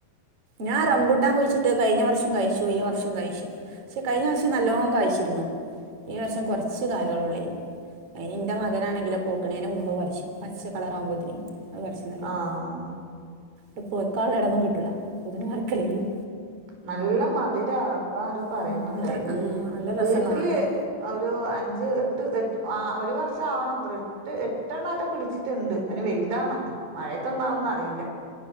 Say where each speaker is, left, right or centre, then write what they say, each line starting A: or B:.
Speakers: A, on the right; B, on the right.
A: ഞാൻ റമ്പൂട്ടാൻ കുഴിച്ചിട്ട് കഴിഞ്ഞ വർഷം കായ്ച്ചു ഈ വർഷം കായ്ച്ചു പക്ഷെ കഴിഞ്ഞ വർഷം നല്ലോം കായിച്ചിരുന്നു ഈ വർഷം കൊറച്ച് കായകളൊള്ളേയ്ന് അയ്ന് ഇന്റെ മകനാണെങ്കിലോ പൊവ്ക്ക്ണേന മുമ്പ് പറിച്ചും പച്ച കളറാകുമ്പോത്തിന് അത് പർച്ച്ന്നല് കൈഞ്ഞ്
B: ആഹ്
A: ഇവ്ടെ പഴുക്കാള്ള എടൊന്നും കിട്ടുള്ള അപ്പോത്ത്ന് അറക്കലയ്യും
B: നല്ല മധുരാ ഇപ്പ ആരോ പറയുന്നുണ്ടായി
A: ഉം നല്ല
B: വീ
A: ആഹ് നല്ല
B: വീട്ട്ല്
A: രസള്ള കാണാന്
B: ഒരു അഞ്ച് എട്ട് എട്ട് ആ ഒരു വർഷം ആവ്ണു അത്രേ എട്ട് എട്ടെണ്ണാറ്റം പിടിച്ചിട്ട്ണ്ട് അത് നി വെൽതാണം മഴയത്ത് ഒന്നാവന്ന് അറിയില്ല